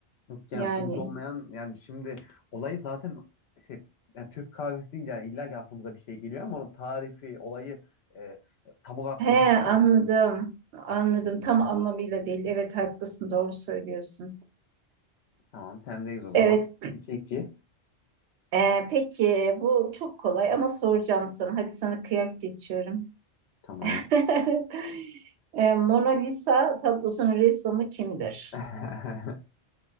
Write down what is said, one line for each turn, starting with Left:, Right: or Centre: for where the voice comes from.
Left: yok yani
Right: Yani
Left: somut olmayan yani şimdi olayı zaten şey yani Türk kahvesi deyince yani illa ki aklımıza bir şey geliyor ama onun tarifi, olayı e, tam olarak
Right: he
Left: somut
Right: anladım.
Left: değil.
Right: Anladım. Tam anlamıyla değil. Evet haklısın. Doğru söylüyorsun.
Left: Tamam sendeyiz o zaman.
Right: Evet.
Left: iki iki.
Right: ee, peki bu çok kolay ama soracağım sana. Hadi sana kıyak geçiyorum.
Left: Tamam.
Right: <laughs> E, Mona Lisa tablosunun ressamı kimdir?
Left: <laughs>